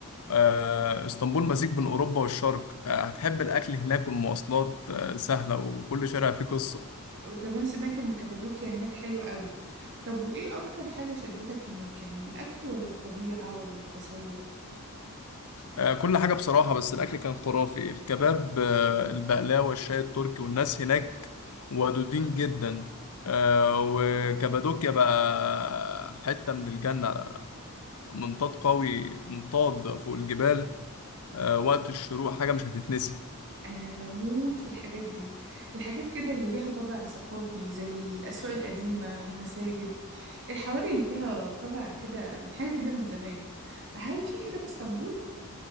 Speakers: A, on the left; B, on the right.
A: آه، اسطنبول مزيج بين أوروبا والشرق آه، هتحب
B: الله
A: الأكل هناك والمواصلات آه، سهلة وكل شارع فيه قصة
B: وكمان سمعت إن كابادوكيا هناك حلوة قوي طب وإيه أكتر حاجة شدتك هناك يعني الأكل ولا الطبيعة ولا التسوق
A: آه، كل حاجة بصراحة بس الأكل كان خرافي الكباب آه، البقلاوة الشاي التركي والناس هناك ودودين جدا آه، وكابادوكيا بقى حتة من الجنة منطاد قوي منطاد فوق الجبال آه، وقت الشروق حاجة مش هتتنسي
B: أنا بموت في الحاجات دي الحاجات كده اللي ليها طابع ثقافي زي الأسواق القديمة المساجد الحواري اللي فيها طابع كده حاجة كده من زمان هل في كده في اسطنبول؟